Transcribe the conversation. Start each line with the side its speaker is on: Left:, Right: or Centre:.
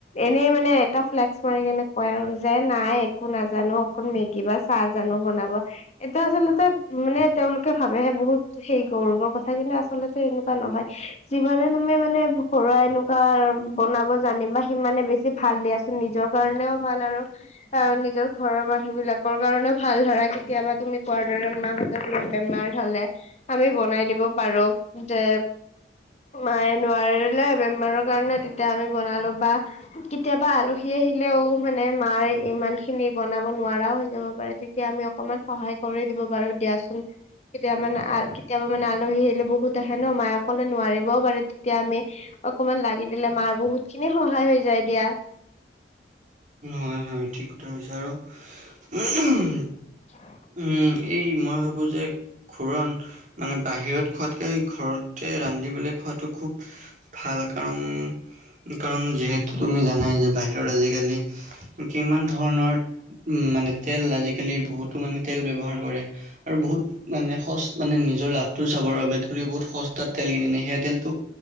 Left: এনেই মানে এটা ফ্লেক্স কৰি কেনে কয় আৰু যে নাই একো নাজানো। অকল মেগী বা চাহ জানো বনাব এইটো আচলতে মানে তেওঁলোকে ভাবেহে বহুত সেই গৌৰৱৰ কথা কিন্তু আচলতে এনেকুৱা নহয় যিমানে তুমি মানে ঘৰুৱাই এনো কাৰ বনাব জানিবা সিমানে বেছি ভাল দিয়াচোন নিজৰ কাৰণেও ভাল আৰু তাৰ নিজৰ ঘৰৰ মানুহ মানু বিলাকৰ কাৰণেও ভাল ধৰা কেতিয়াবা তুমি কোৱাৰ দৰে মাহঁতেৰ তোমাক বেমাৰ হ'লে। আমি বনাই দিব পাৰো যে মায়ে নোৱাৰিলে বেমাৰৰ কাৰণে তেতিয়া আমি বনালো বা কেতিয়াবা আলহী আহিলেও মানে মাৰ ইমান খিনি বনাব নোৱাৰাও হৈ যাব পাৰে তেতিয়া আমি অকমান সহায় কৰি দিব পাৰো দিয়াচোন। কেতিয়াবা মানে কেতিয়াবা মানে আলহী আহিলে বহুত আহে ন মায়ে অকলে নোৱাৰিবও পাৰে তেতিয়া আমি অকমান লাগি দিলে মাৰ বহুত খিনি সহায় হৈ যায় দিয়া।
Right: হয় হয় ঠিক কথা হৈছে আৰু <unintelligible>
Left: <inaudible>
Right: উম, এই মই ভাবো যে খুৰণ মানে বাহিৰত খোৱাতকে ঘৰতে ৰান্ধিবলৈ খোৱাতটো খুব ভাল কাৰণ, কাৰণ যিহেতু তুমি জানাই যে বাহিৰত আজিকালি কিমান ধৰণৰ উম মানে তেল আজিকালি বহুতো মানে তেল ব্যৱহাৰ কৰে। আৰু বহুত মানে সচ মানে নিজৰ লাভটো চাবৰ বাবে তেওঁলোকে বহুত সস্তাত তেল কিনি সেয়া তেলটো